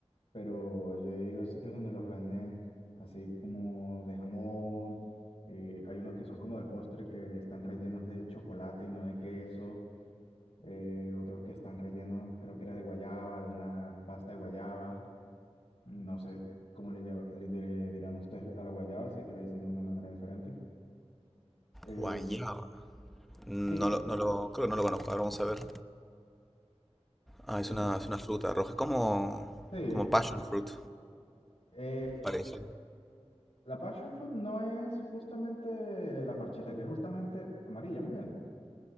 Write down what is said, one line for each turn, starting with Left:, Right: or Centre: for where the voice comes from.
Left: pero yo he ido a sitios donde los venden así como de jamón, eh, hay unos que son como de postre que están rellenos de chocolate y no de queso. eh, otros que están rellenos, creo que era de guayaba, de una pasta de guayaba, no sé cómo le, llama- le- le dirán ustedes a la guayaba, si es que le dicen de una manera diferente. Eh,
Centre: Guayaba. No
Left: sí,
Centre: lo, no lo, creo que no lo conozco. Ahora vamos a ver. Ah,
Left: bueno,
Centre: es una, es una fruta roja. Es como,
Left: sí.
Centre: como passion fruit,
Left: eh,
Centre: parece.
Left: la passion fruit no es justamente la parchita, que es justamente amarilla más bien,